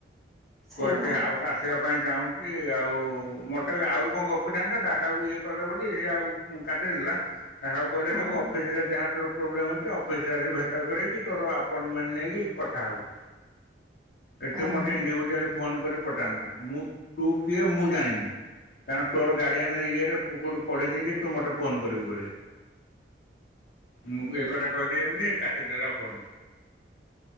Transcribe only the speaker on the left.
କୁହ ସିଏ ଆଉ କା ଆସିବା ପାଇଁ ଯାଉଁ କି ଆଉ ମତେ ଆହୁରି କଣ ଗପିଥାନ୍ତା ଦାସବାବୁ ଇଏ କଲେ ବୋଲି ସିଏ ଆଉ କାଟିଦେଲା। ଦାସବାବୁ କହିଲେ
ତାକୁ ଅଫିସିରେ ଯାହା ତୋର ପ୍ରୋବ୍ଲେମ୍ ଅଛି ଅଫିସିରେ ଆସିକି ଭେଟ କରକି ତୋର ଆପୋଏଣ୍ଟମେଣ୍ଟ୍ ନେଇକି କଥାହୋବୁ। ଏଠି
ମତେ ଇଣ୍ଡିବୁ ଫୋନ କରି ପଚାରନା ମୁଁ-ତୁ କିଏ ମୁଁ ଜାଣିନି। କାରଣ ତୋର ଗାଡିଆନ୍ ଇଏରେ କୋ-କୋଉଠି ପଡିନି ଯେ ତୁ ମତେ ଫୋନ କରିବୁ ବୋଲି। ମୁଁ ବି ଏ କଥା କରିଦିଏ ମୁଁ ସିଏ କାଟିଦେଲା ଫୋନ।